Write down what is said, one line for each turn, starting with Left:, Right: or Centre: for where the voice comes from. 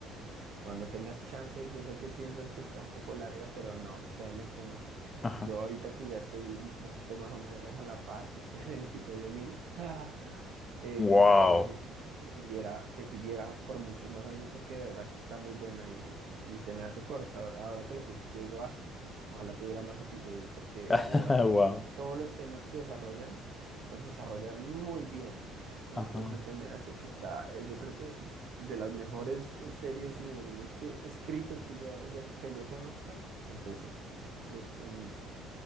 Right: Cuando tengas chance, yo sé que piensas que está un poco larga, pero no, créeme que no.
Left: Ajá.
Right: Yo ahorita que ya estoy un poquito más o menos a la par, que estoy en el episodio 1000. <laughs> Eh,
Left: Wow.
Right: me encantaría que, si- que siguiera, que siguiera por muchos más años porque de verdad que está muy buena y, y se me hace corta. Ahora que lo pienso, yo digo, ah, ojalá tuviera más episodios porque
Left: <laughs>
Right: de verdad
Left: Wow.
Right: que es- todos los temas que desarrollan, los desarrollan muy bien. Entonces
Left: Ajá.
Right: se me hace que está, eh, yo creo que de las mejores eh, series y animes que escritos que yo haya- que yo conozca es ese. Es un-